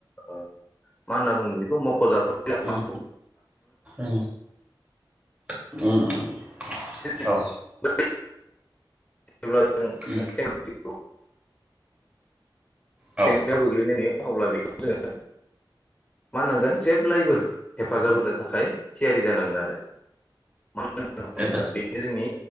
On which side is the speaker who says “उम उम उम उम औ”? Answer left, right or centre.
Right